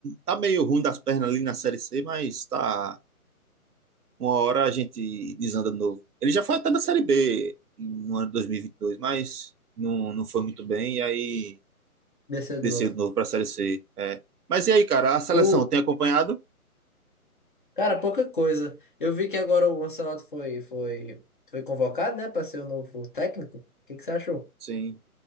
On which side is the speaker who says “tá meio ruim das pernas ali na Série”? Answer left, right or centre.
Right